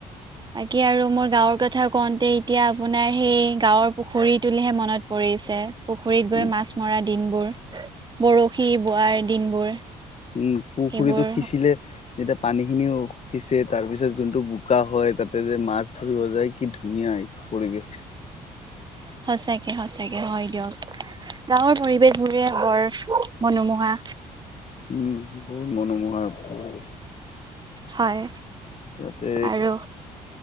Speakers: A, on the right; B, on the left.
A: বাকি আৰু মোৰ গাঁৱৰ কথা কওঁতে, এতিয়া আপোনাৰ সেই গাঁৱৰ পুখুৰী তুলিহে মনত প পৰিছে। পুখুৰীত গৈ
B: উম
A: মাছ মৰা দিনবোৰ, বৰশী বোৱাৰ দিনবোৰ।
B: উম্, পুখুৰীতটো
A: সেইবোৰ
B: সিঁচিলে। যেতিয়া পানী খিনিও সিঁচে, তাৰ পিছত যোনটো বোকা হয়, তাতে যে মাছ ধৰিব যায়। কি ধুনীয়া পৰিৱেশ।
A: সঁচাকে সঁচাকে, হয় দিয়ক। গাঁৱৰ পৰিৱেশবোৰে, বৰ মনোমোহা।
B: উম্, বহুত মনোমোহা পৰিৱেশ।
A: হয়।
B: তাতে,
A: আৰু